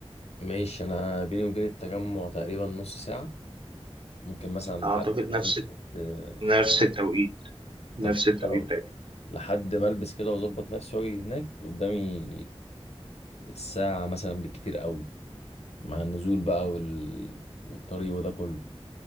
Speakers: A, on the left; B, on the right.
A: ماشي انا بيني وبين التجمع تقريبا نص ساعه ممكن مثلا لحد
B: أعتقد نفس
A: ما البس
B: نفس
A: آه،
B: التوقيت نفس
A: طب
B: التوقيت
A: أو
B: تقريبا
A: لحد ما البس كده واظبط نفسي واجي هناك قدامي الساعه مثلا بالكتير قوي مع النزول بقى وال... والطريق وده كله